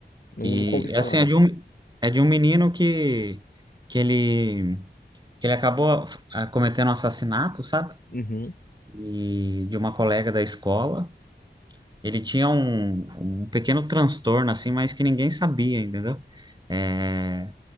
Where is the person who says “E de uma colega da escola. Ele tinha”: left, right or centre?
Right